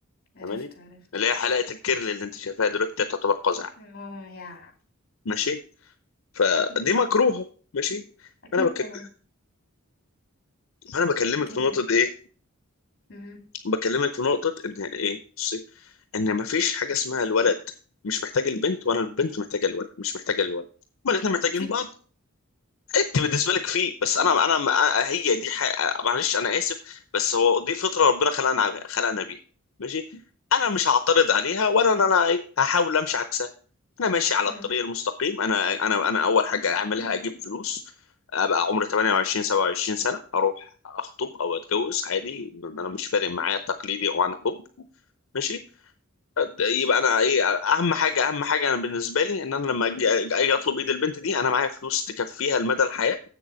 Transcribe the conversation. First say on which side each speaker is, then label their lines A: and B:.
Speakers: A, on the left (about 50°); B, on the left (about 75°).
A: عرفت
B: فاهماني
A: عرفت
B: اللي هي حلاقه الكيرل اللي انت شايفاها دلوقتي دي تعتبر قزع
A: اه يا
B: ماشي فدي
A: مم.
B: مكروهه ماشي
A: اكيد
B: انا بك...
A: طبعا
B: انا بكلمك
A: اكيد
B: في نقطه
A: طبعا
B: ايه
A: مهم.
B: بكلمك في نقطه ان ايه بصي ان مفيش حاجه اسمها الولد مش محتاج البنت وانا البنت محتاجه الولد مش محتاجه الولد هما الاثنين محتاجين
A: في
B: بعض انت بالنسبه لك فيه بس
A: مم.
B: انا انا انا- هي دي حق... معلش انا اسف بس هو دي فطره ربنا خلقنا عليها- خلقنا بيها ماشي انا مش هعترض عليها ولا ان انا ايه هحاول امشي عكسها انا ماشي على
A: مم.
B: الطريق المستقيم انا انا انا اول حاجه اعملها اجيب فلوس ابقى عمري 28 27 سنه اروح اخطب او اتجوز عادي انا مش فارق معايا تقليدي او عن حب ماشي يبقى انا ايه اهم حاجه اهم حاجه انا بالنسبه لي ان انا لما اجي أجي اطلب ايد البنت دي انا معايا فلوس تكفيها لمدى الحياه